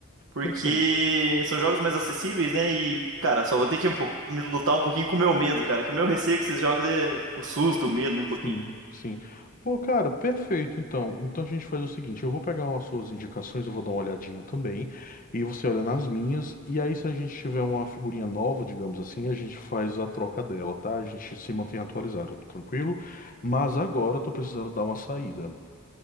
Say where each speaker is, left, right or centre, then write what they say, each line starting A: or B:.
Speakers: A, on the right; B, on the left.
A: Porque
B: perfeito.
A: são jogos mais acessíveis, né? E, cara, só vou ter que um po- me lutar um pouquinho com o meu medo, cara. Que o meu receio com esses jogos é o susto, o medo, um pouquinho.
B: Sim, sim. Pô, cara, perfeito. Então, então a gente faz o seguinte: eu vou pegar umas suas indicações, eu vou dar uma olhadinha também, e você olha nas minhas. E aí, se a gente tiver uma figurinha nova, digamos assim, a gente faz a troca dela, tá? A gente se mantém atualizado, tranquilo. Mas agora eu tô precisando dar uma saída.